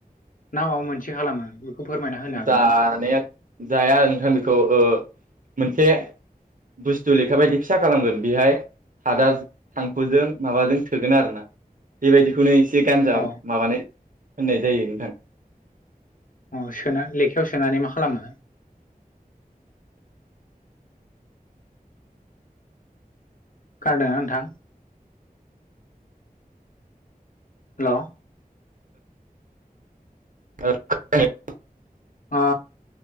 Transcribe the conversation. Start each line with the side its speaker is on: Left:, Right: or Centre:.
Left: ना माबा मोनसे खालामो बेखौ फोरमायना होनो हागोन
Right: जानाया
Left: नामा?
Right: जाया आरो नोंथां बेखौ मोनसे बुस्थु लेखा बायदि फिसा खालामगोन बेहाय सादा थांखुजों माबाजों सोगोन आरोना बेबायदिखौनो एसे गानजा
Left: औ
Right: माबानाय होननाय जायो नोंथां।
Left: औ सोना लेखायाव सोनानै मा खालामो? खोनादोंना नोंथां? हेलौ।
Right: <inaudible>
Left: ओ।